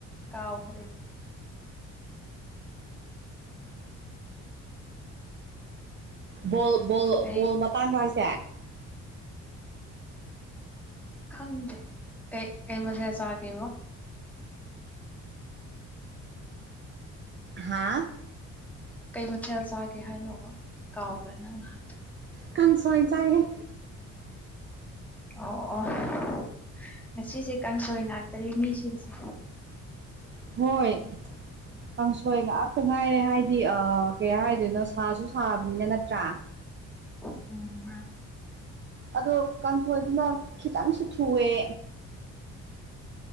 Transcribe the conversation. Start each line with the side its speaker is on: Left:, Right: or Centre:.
Centre: ꯀꯥꯎꯈ꯭ꯔꯦ
Right: ꯣꯜ ꯕꯣꯜ
Centre: ꯑꯩ
Right: ꯃꯇꯥꯡ ꯍꯥꯏꯁꯦ
Centre: ꯈꯪꯗꯦ ꯀꯩ ꯀꯩ ꯃꯊꯦꯜ ꯆꯥꯒꯦꯕꯣ
Right: ꯍꯥꯥ
Centre: ꯀꯩ ꯃꯊꯦꯜ ꯆꯥꯒꯦ ꯍꯥꯏꯅꯣ ꯑꯃ ꯀꯥꯎꯈ꯭ꯔꯦ ꯅꯪꯅ ꯍꯥꯏꯗ
Right: ꯀꯟꯁ ꯋꯥꯏ ꯆ ꯍ
Centre: ꯑꯣ ꯑꯣ <inaudible> ꯉꯁꯤꯁꯦ ꯀꯥꯡꯁꯣꯏ ꯉꯥꯛꯇꯅꯤ ꯃꯤꯁꯤꯡꯁꯦ
Right: ꯍꯣꯏ ꯀꯥꯡꯁꯣꯏ ꯉꯥꯛꯇ ꯉꯥꯏꯔꯦ ꯍꯥꯏꯗꯤ ꯑ ꯀꯩ ꯍꯥꯏꯗꯣꯏꯅꯣ ꯁꯥꯁꯨ ꯁꯥꯕꯅꯤꯅ ꯅꯠꯇ꯭ꯔꯥ
Centre: ꯎꯝ
Right: ꯑꯗꯣ ꯀꯥꯡꯈꯣꯏꯗꯨꯅ ꯈꯤꯇꯪꯁꯨ ꯊꯨꯑꯦ